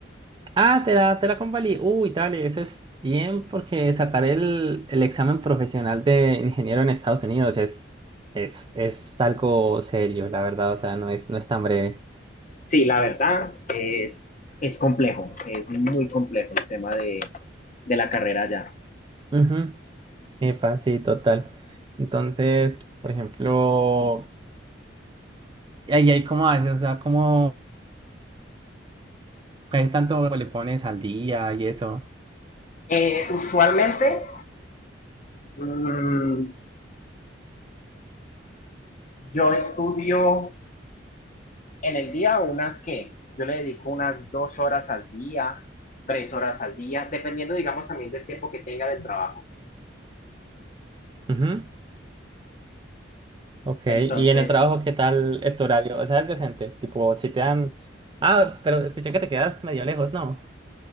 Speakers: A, on the right (about 25°); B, on the left (about 40°).
A: Ah, te la, te la convalí. Uy, dale, eso es bien porque sacar el, el examen profesional de ingeniero en Estados Unidos es, es, es algo serio, la verdad. O sea, no es, no es tan breve.
B: Sí, la verdad es, es complejo, es muy complejo el tema de, de la carrera allá.
A: Ujú. Epa, sí, total. Entonces, por ejemplo, ¿y ahí, ahí cómo haces? O sea, ¿cómo, qué tanto le pones al día y eso?
B: Eh, usualmente mm, yo estudio en el día unas que yo le dedico unas dos horas al día, tres horas al día, dependiendo, digamos, también del tiempo que tenga del trabajo.
A: Ujú. Ok,
B: Entonces,
A: y en el trabajo, ¿qué tal es tu horario? O sea, es decente. Tipo, si te dan. Ah, pero escuché que te quedas medio lejos, ¿no?